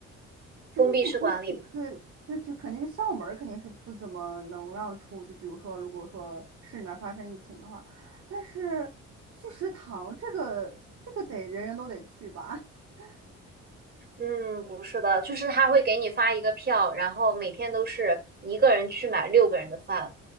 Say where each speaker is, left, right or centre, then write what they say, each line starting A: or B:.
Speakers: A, on the right (about 35°); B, on the right (about 55°).
A: 封闭式管理。
B: 就是不出去，对，就就肯定是校门儿肯定是不怎么能让出，就比如说，如果说市里面发生疫情的话，但是去食堂这个这个得人人都得去吧。<laughs>
A: 嗯，不是的，就是他会给你发一个票，然后每天都是一个人去买六个人的饭，